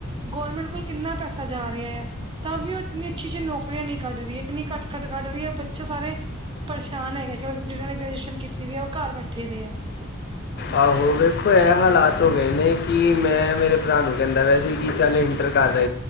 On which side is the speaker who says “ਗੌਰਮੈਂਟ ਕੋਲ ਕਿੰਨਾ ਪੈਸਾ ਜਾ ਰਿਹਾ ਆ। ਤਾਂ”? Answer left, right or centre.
Right